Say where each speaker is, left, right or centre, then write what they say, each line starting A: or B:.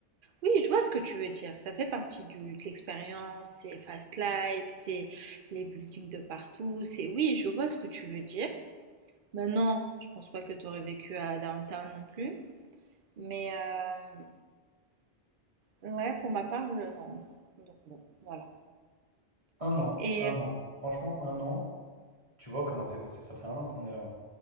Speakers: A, on the right (about 60°); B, on the right (about 35°).
A: Oui, je vois ce que tu veux dire, ça fait partie du de l'expérience, c'est fast life, c'est les buildings de partout, c'est oui, je vois ce que tu veux dire. Maintenant, je pense pas que tu aurais vécu à Downtown non plus, mais heu, ouais, pour ma part, je non, non, donc bon, voilà
B: un an,
A: et
B: un an. Franchement, un an. Tu vois comment c'est passé. Ça fait un an qu'on est là. hein.